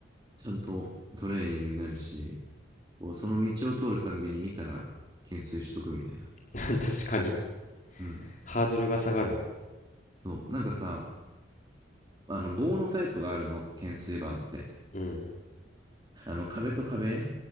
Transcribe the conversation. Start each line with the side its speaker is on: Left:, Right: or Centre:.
Right: ちゃんとトレーニングになるし、こうその道を通るたんびに見たら、懸垂しとくみたいな。
Left: <laughs> 確かに。
Right: うん。
Left: ハードルが下がる。
Right: そう。なんかさ、あの、棒のタイプがあるの、懸垂バーって。
Left: うん。
Right: あの、壁と壁